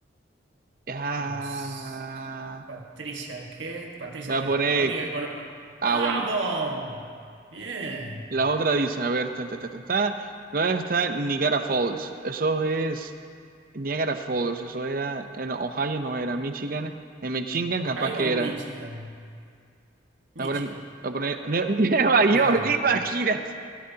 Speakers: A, on the right; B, on the right.
A: Ah.
B: No s- Patricia Arquette. Patricia
A: Voy
B: Arquette,
A: a poner.
B: la única que conozco.
A: Ah,
B: ¡Vamos!
A: bueno.
B: Bien.
A: La otra dice, a ver, ta, ta, ta, ta, ta. ¿Dónde está Niagara Falls? Eso es Niagara Falls. Eso era en Ohio, no era Michigan. En
B: Mm,
A: Michigan, capaz
B: ¿Ohio
A: que
B: o
A: era.
B: Michigan? Michigan.
A: Voy a poner, voy a poner Ne- <laughs> Nueva York,
B: No.
A: imagínate.